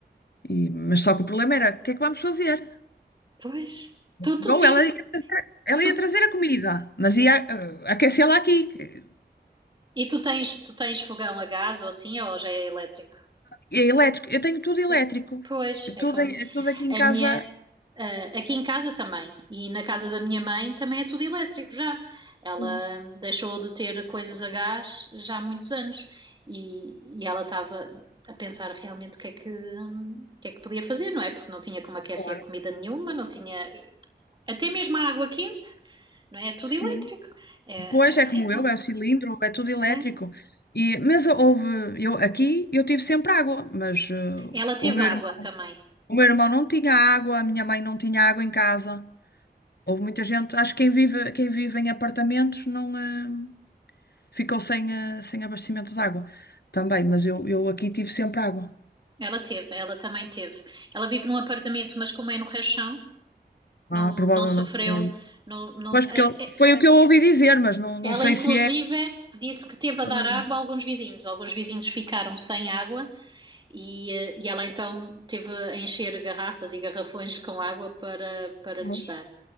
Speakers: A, on the left (about 65°); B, on the right (about 25°).
A: E- mas só que o problema era, o que é que vamos fazer?
B: pois. Tu, tu,
A: Bom,
B: tin-
A: ela ia trazer, ela
B: tu,
A: ia trazer a comida, mas ia eh, aquecê-la aqui. que-
B: e tu tens, tu tens fogão a gás ou assim, ou já é elétrico?
A: É elétrico. Eu tenho tudo elétrico.
B: Pois, Pois,
A: É Tudo,
B: é com
A: é tudo aqui em
B: A
A: casa.
B: minha, ah, aqui em casa também, e na casa da minha mãe também é tudo elétrico já. Ela
A: Pois,
B: deixou de ter coisas a gás já há muitos anos e, e ela estava a pensar realmente o que é que, hum, o que é que podia fazer, não é? Porque não tinha como aquecer
A: claro.
B: comida nenhuma, não tinha até mesmo a água quente, não é? É tudo
A: Sim.
B: elétrico. É,
A: Pois
B: é
A: é
B: horrível.
A: como eu, é o cilindro, é tudo elétrico.
B: é.
A: E, mas houve, eu, aqui eu tive sempre água, mas eh,
B: Ela teve
A: o meu
B: água
A: irmão,
B: também.
A: o meu irmão não tinha água, a minha mãe não tinha água em casa. Houve muita gente, acho que quem vive, quem vive em apartamentos não. eh, ficou sem, eh, sem abastecimento de água também, mas eu, eu aqui tive sempre água.
B: Ela teve, ela também teve. Ela vive num apartamento, mas como é no rechão, não,
A: Ah, provavelmente
B: não sofreu.
A: será isso.
B: Não, não,
A: Pois,
B: eh,
A: porque ele-
B: eh,
A: foi o que eu ouvi dizer, mas não,
B: ela,
A: não sei
B: inclusive,
A: se é
B: disse que teve a
A: toda
B: dar
A: a
B: água
A: gente.
B: a alguns vizinhos. Alguns vizinhos ficaram sem água e, eh, e ela então teve a encher garrafas e garrafões com água para, para
A: Pois,
B: lhes dar.